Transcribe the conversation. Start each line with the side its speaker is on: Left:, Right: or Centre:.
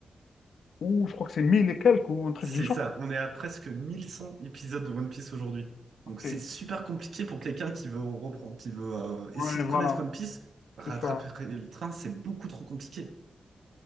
Left: Ou je crois que c'est 1000 et quelques ou un truc
Right: C'est
Left: du genre.
Right: ça, on est à presque 1100 épisodes de One Piece aujourd'hui.
Left: Ok.
Right: Donc c'est super compliqué pour quelqu'un qui veut reprendre, qui veut euh, essayer
Left: Ouais,
Right: de
Left: voilà,
Right: connaître One Piece. Rattraper
Left: c'est ça.
Right: le train, c'est beaucoup trop compliqué.